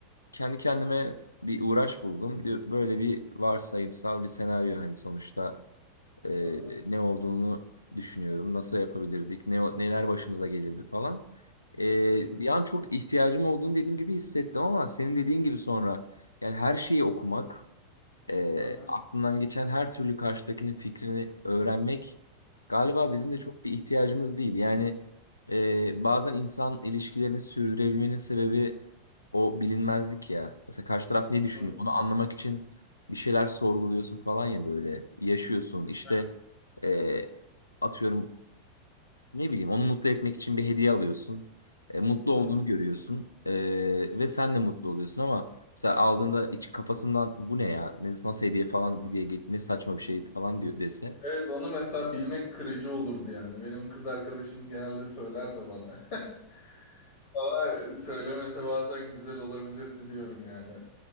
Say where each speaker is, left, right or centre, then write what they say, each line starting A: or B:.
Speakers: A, on the left (about 80°); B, on the left (about 50°).
A: kendi kendime bir uğraş buldum. Diyor- Böyle bir varsayımsal bir senaryo hani sonuçta e,
B: Aha.
A: ne olduğunu düşünüyorum. Nasıl yapabilirdik? Ne, neler başımıza gelirdi falan. E,
B: Hı hı.
A: bir an çok ihtiyacım olduğunu dediğim gibi hissettim ama senin dediğin gibi sonra yani her şeyi okumak e,
B: Aha.
A: aklından geçen her türlü karşıdakinin fikrini öğrenmek galiba bizim
B: Hı
A: de çok bir ihtiyacımız değil. Yani e, bazen insan ilişkilerini sürdürebilmenin sebebi o bilinmezlik ya. Mesela karşı taraf ne düşünüyor
B: hı.
A: onu anlamak için bir şeyler sorguluyorsun falan ya böyle yaşıyorsun. İşte
B: Evet.
A: e, atıyorum ne bileyim onu mutlu etmek için bir hediye alıyorsun. E, mutlu
B: Hı
A: olduğunu
B: hı.
A: görüyorsun. E, ve sen de mutlu oluyorsun ama mesela aldığında iç kafasından bu ne ya? Ne- Nasıl hediye falan diye git ne saçma bir şey falan diyor dese.
B: Evet onu mesela bilmek kırıcı olurdu yani. Benim kız arkadaşım genelde söyler de bana. <laughs> Ama söylemese bazen güzel olabilirdi diyorum yani.